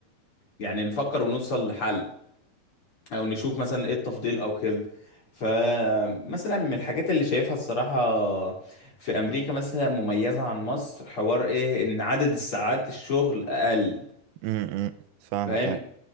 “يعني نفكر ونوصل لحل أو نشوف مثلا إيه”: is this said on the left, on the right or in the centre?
Left